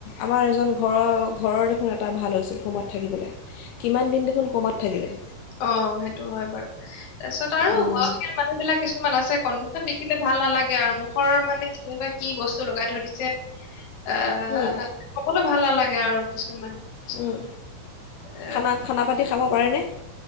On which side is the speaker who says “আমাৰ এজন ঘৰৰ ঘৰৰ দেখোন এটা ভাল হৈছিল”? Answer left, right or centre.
Left